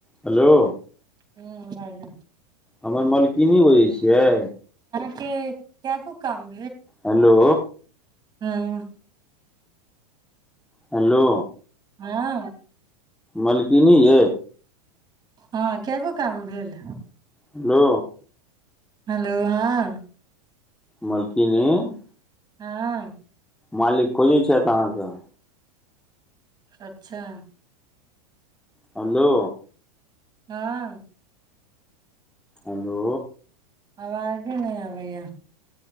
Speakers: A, in the centre; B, on the right (about 20°).
A: hello
B: हू hello
A: हमर मलकिनी बजै छियै
B: के क्य क काम
A: हेलो
B: हँ
A: हेलो
B: हँ
A: मलकीनी य
B: हँ कए गो काम भेल
A: हेलो
B: हेलो हँं
A: मलकीिन
B: हँ
A: मालिक खोजै छथि अहाँके
B: अच्छा
A: हलो
B: हँ
A: हेलो
B: आवाजे नहि अबैय